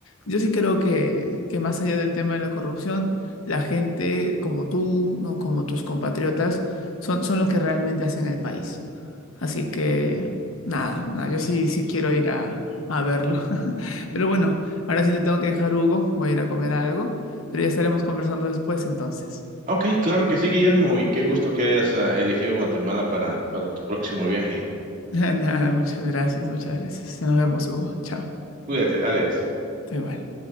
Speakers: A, on the left (about 80°); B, on the right (about 40°).
A: yo sí creo que, que más allá del tema de la corrupción, la gente como tú, ¿no? como tus compatriotas, son, son los que realmente hacen el país. Así que nada, nada, yo sí, sí quiero ir a, a verlo. <laughs> Pero bueno. Ahora sí te tengo que dejar, Hugo. Voy a ir a comer algo, pero ya estaremos conversando después entonces.
B: Ok, claro que sí, Guillermo, y qué gusto que hayas ah, elegido Guatemala para, para tu próximo viaje.
A: <laughs> Nada, muchas gracias, muchas gracias. Ya Nos vemos, Hugo. Chao.
B: Cuídate, adiós.
A: Te vale.